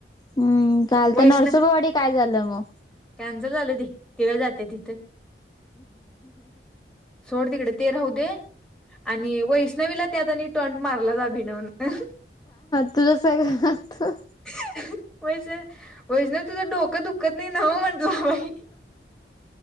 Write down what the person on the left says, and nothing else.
हम्म चालतंय,
नरसोबावाडी काय झालं म?
तुझ्या संग ना तो